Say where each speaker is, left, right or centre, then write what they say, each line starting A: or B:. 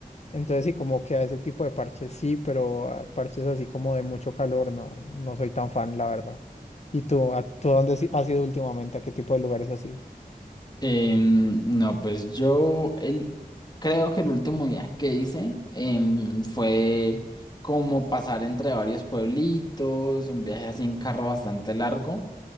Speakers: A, on the left; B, on the left.
A: Entonces sí, como que a ese tipo de parches sí, pero a parches así como de mucho calor, no, no soy tan fan, la verdad. ¿Y tú, a, tú dónde has ido últimamente? ¿A qué tipo de lugares así?
B: Em, no, pues yo el, creo que el último viaje que hice em, fue como pasar entre varios pueblitos, un viaje así en carro bastante largo,